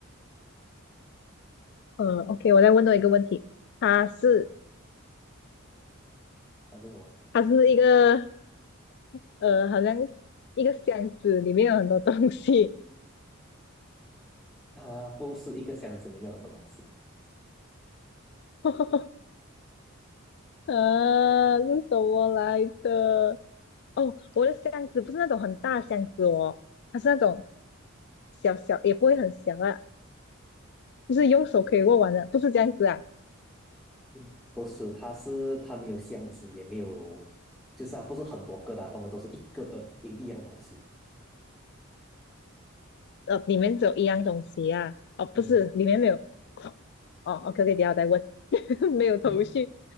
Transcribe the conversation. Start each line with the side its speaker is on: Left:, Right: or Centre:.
Left: 嗯，OK，我再问多一个问题，它是
Centre: 它是什么
Left: 它是一个呃，好像一个箱子里面有很多东西，
Centre: 它不是一个箱子里面有很多东西，
Left: <laughs> 呃，是什么来的？哦，我的箱子不是那种很大的箱子哦，它是那种小小，也不会很小啊，就是用手可以握完的，不是这样子啊。
Centre: <laughs> 不是，它是它没有箱子，也没有，就是它不是很多个的啊通常都是一个一一样东西。
Left: 呃，里面只有一样东西啊。哦，不是，
Centre: 嗯，
Left: 里面没有。哦哦，OK，OK，、等一下我再问，<laughs> 没有头绪。
Centre: <laughs>